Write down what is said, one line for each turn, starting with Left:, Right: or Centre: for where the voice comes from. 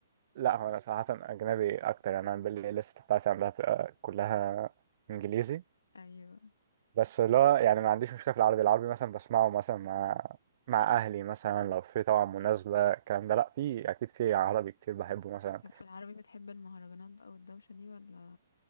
Right: لا هو انا صراحة اجنبي اكتر يعني انا بالليست بتاعتي عندها بتبقى كلها انجليزي
Left: ايوه
Right: بس اللي هو يعني ما عنديش مشكلة في العربي العربي مثلا بسمعه مثلا مع مع أهلي مثلا لو في طبعا مناسبة الكلام ده لأ في أكيد في عربي كتير بحبه مثلا
Left: طب في العربي بتحب المهرجانات بقى والدوشه دي ولا